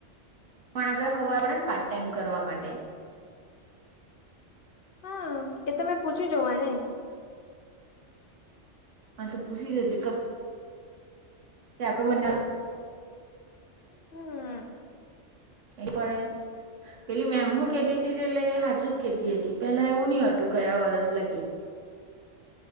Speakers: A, on the right (about 85°); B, on the left (about 50°).
A: પણ આપડે હોવા પડે ને પાર્ટ ટાઈમ કરવા માટે
B: હા એ તમે પૂછી જોવા ને
A: હા તો પૂછી જોજે તો તે આપણા બને નુ
B: હા.
A: એ પણ એ પેલી મેમ હું કેતીતી કે લઈ હાચું જ કેતી હતી પેલા એવું નહિ હતું ગયા વરસ લગી.